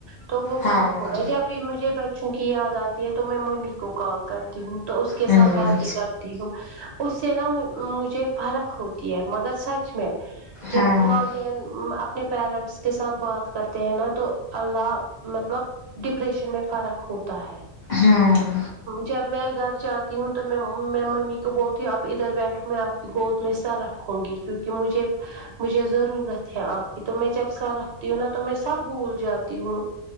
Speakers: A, on the right; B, on the left.
A: تو وہ
B: ہاں
A: کم ہوگا جب بھی مجھے بچوں کی یاد آتی ہے تو میں ممی کو کال کرتی ہوں تو اس کے
B: ہوں
A: ساتھ باتیں کر تی ہوں اس سے نا مجھے فرق ہوتی ہے مگر سچ میں جب
B: ہاں
A: پال جب اپنے پیرنٹس کے ساتھ بات کرتے ہیں نا تو اللہ مطلب ڈپریشن میں فرق ہوتا ہے
B: ہوں
A: جب میں گھر جا تی ہوں تو میں میں ممی کو بولتی ہوں آپ ادھر بیٹھو میں آپ کی گود میں سر رکھوں گی کیونکہ مجھے مجھے ضرورت ہے آپ کی تو میں جب سر رکھتی ہوں نا تو میں سب بھول جاتی ہوں